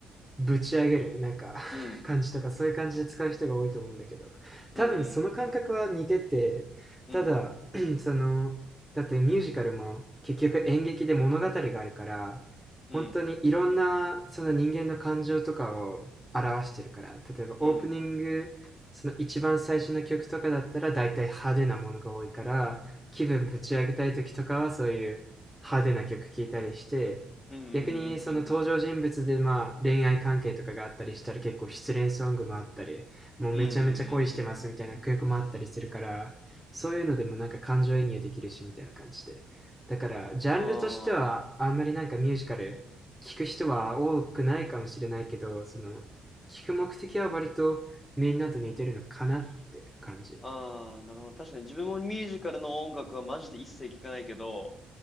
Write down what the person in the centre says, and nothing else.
ぶち上げるなんか <laughs>
感じとかそういう感じで使う人が多いと思うんだけど多分その感覚は似ててただ
<clears throat> そのだってミュージカルも結局演劇で物語があるから本当にいろんなその人間の感情とかを表してるから例えばオープニングその一番最初の曲とかだったら大体派手なものが多いから気分ぶち上げたい時とかはそういう派手な曲聴いたりして逆にその登場人物でまあ恋愛関係とかがあったりしたら結構失恋ソングもあったり、
もうめちゃめちゃ恋してますみたいな曲もあったりするから、
そういうのでもなんか感情移入できるしみたいな感じで。だからジャンルとしてはあんまりなんかミュージカル聞く人は多くないかもしれないけど、
その聞く目的は割とみんなと似てるのかなって感じ。